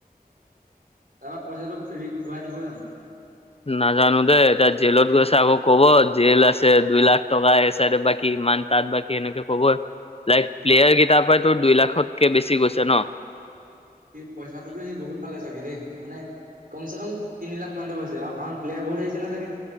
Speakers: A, on the right (about 60°); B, on the left (about 40°).
A: তাৰপৰা পইচাটো ই ঘূৰাই দিব জানো?
B: নাজানো দেই এতিয়া জেলত গৈছে আকৌ কব জেল আছে দুই লাখ টকা এ চাইডৰ বা কী কিমান তাঁত বা কি এনেকে ক'বই লাইক প্লেয়াৰ কেইতাপাৰ তোৰ দুই লাখতকৈ বেছি গৈছে ন?
A: সি পইচাটোতো সি বহুত পালে চাগে দেই মানে কম চে কম তিনি লাখ সিমানটো পাইছে আৰু কাৰণ প্লেয়াৰ বহুত আহিছে নহয় চাগে।